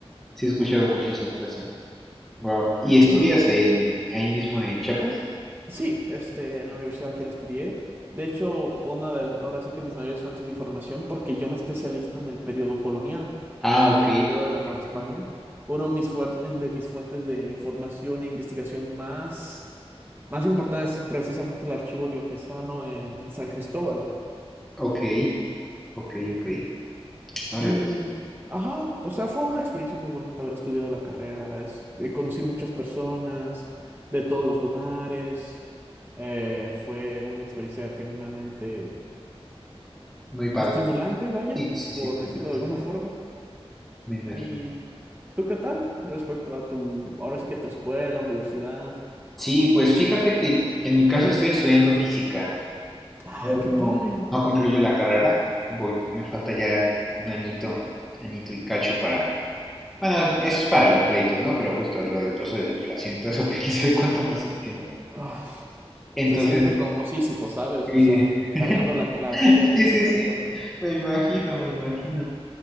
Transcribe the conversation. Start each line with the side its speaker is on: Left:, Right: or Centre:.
Centre: Sí he escuchado mucho esa frase. Wow. ¿Y
Right: Y
Centre: estudias en ahí mismo en Chiapas?
Right: sí, este, en la universidad aquí la estudié. De hecho, una de, ahora sí que mis mayores fuentes de información, porque yo me especializo en el periodo colonial,
Centre: Ah,
Right: o
Centre: ok.
Right: sea, en el periodo de la Nueva
Centre: ok.
Right: España. Uno de mis, fuer- de mis fuentes de información e investigación más Más importante es precisamente el archivo dioquesano en San Cristóbal.
Centre: Ok, ok, ok. Órale,
Right: Y, ajá, o sea, fue una experiencia muy bonita haber estudiado la carrera. Es, eh, conocí muchas personas de todos los lugares. Eh, fue una experiencia genuinamente
Centre: muy padre.
Right: estimulante, vaya,
Centre: Sí, sí,
Right: por
Centre: sí,
Right: decirlo
Centre: me imagino.
Right: de alguna forma.
Centre: Me imagino.
Right: ¿Y tú qué tal respecto a tu, ahora sí que tu escuela, universidad?
Centre: Sí, pues fíjate que en mi caso estoy estudiando física.
Right: Ah,
Centre: Todavía
Right: qué
Centre: No,
Right: padre.
Centre: no concluyo la carrera, voy, me falta ya un añito, añito y cacho para... Bueno, eso es para los créditos, ¿no? Pero justo lo del proceso de titulación y todo eso, <laughs> pues quién sabe cuánto más se extienda.
Right: ah,
Centre: Entonces,
Right: se siente como Sísifo, ¿sabes?
Centre: eh,
Right: O sea,
Centre: <laughs>
Right: cargando la, la piedra
Centre: sí,
Right: de
Centre: sí,
Right: manera
Centre: sí,
Right: eterna.
Centre: me imagino, me imagino.